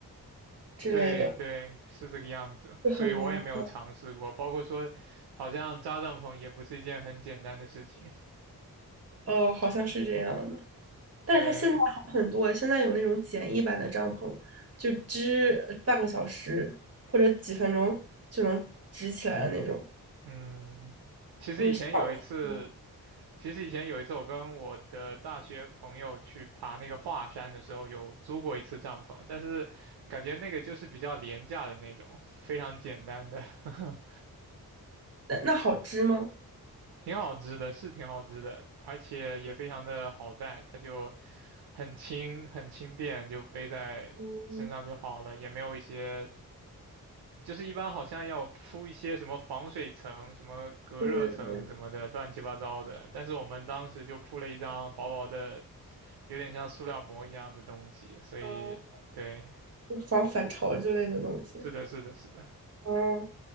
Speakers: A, on the right; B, on the right.
A: 之类的，
B: 对对，是这个样子，
A: 就很麻烦。
B: 所以我也没有尝试过，包括说，好像扎帐篷也不是一件很简单的事情。
A: 哦，好像是这样的。但是它现在好很多，
B: 对，
A: 现在有那种简易版的帐篷，就支呃半个小时或者几分钟就能支起来的那种，
B: 嗯，其实以前有一次，
A: 因为小嗯
B: 其实以前有一次我跟我的大学朋友去爬那个华山的时候，有租过一次帐篷，但是感觉那个就是比较廉价的那种，非常简单的。<laughs>
A: 那那好支吗？
B: 挺好织的，是挺好织的，而且也非常的好带，它就很轻很轻便，就背在身上就好了，
A: 嗯，
B: 也没有一些，就是一般好像要铺一些什么防水层、什么隔热层什么的，
A: 对对对，
B: 乱七八糟的。但是我们当时就铺了一张薄薄的，有点像塑料膜一样的东西，所以对，
A: 嗯，就防反潮之类的东西，
B: 是的，是的，是的。
A: 嗯，